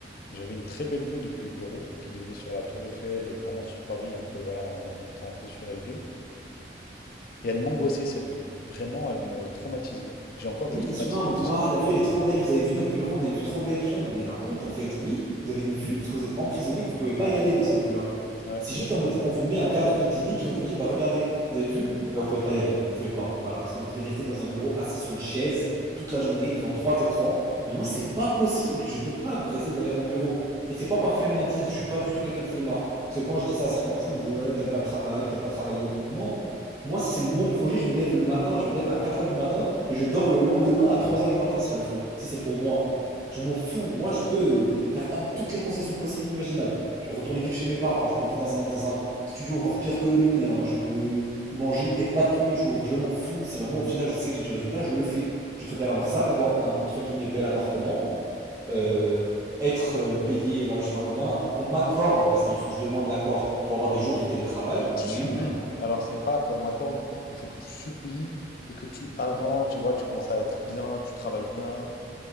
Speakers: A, on the left; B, on the right.
A: j'avais une très belle vue depuis le bureau qui donnait sur la Tour Eiffel et vraiment sur Paris, un peu, voilà, en étant un peu surélevé. Et elle m'angoissait, cette vue. Vraiment, elle me traumatisait. J'ai encore
B: Oui,
A: des traumatismes
B: ils sont là en mode
A: de
B: Waouh,
A: cette vue.
B: la vue elle est trop belle, vous avez vu notre bureau, on a une vue trop belle. Je suis là en mode Mais la honte en fait, oui, vous avez une vue parce que vous êtes emprisonné, que vous pouvez pas y aller dans cette vue-là.
A: Ouais,
B: C'est
A: exactement.
B: juste en mode On vous met un cadre idyllique et on vous dit Bah regardez, vous avez vu, mais vous pouvez pas y aller, vous pouvez pas, voilà, parce que vous devez rester dans un bureau assis sur une chaise toute la journée devant trois écrans. Mais moi, c'est pas possible, je peux pas rester derrière un bureau. Et c'est pas par flemmardise, je suis pas du tout quelqu'un de flemmard. Parce que quand je dis ça à certaines personnes, on me dit Ouais, t'aimes pas le travail, t'aimes pas travailler. Non, moi, si c'est mon projet, je me lève le matin, je me lève à quatre heures du matin et je dors le lendemain à trois heures du matin s'il le faut, si c'est pour moi. Je m'en fous. Moi, je peux euh, faire un- toutes les concessions possibles et inimaginables. Je peux retourner vivre chez mes parents, je peux vivre dans un, dans un studio encore pire que le mien, je peux manger des pâtes tous les jours. Je m'en fous. Si vraiment au final je sais que j'ai du résultat, je le fais. Je préfère avoir ça qu'avoir un entre guillemets bel appartement, euh, être euh, payé, voilà, je sais pas combien, qu'on m'accorde parce qu'il faut que je demande l'accord pour avoir des jours de télétravail. Mais
A: Tu
B: on
A: supplies.
B: est où là?
A: Alors, c'est pas qu'on m'accorde, il faut que tu supplies et que tu, avant, tu vois, tu commences à être bien, tu travailles bien,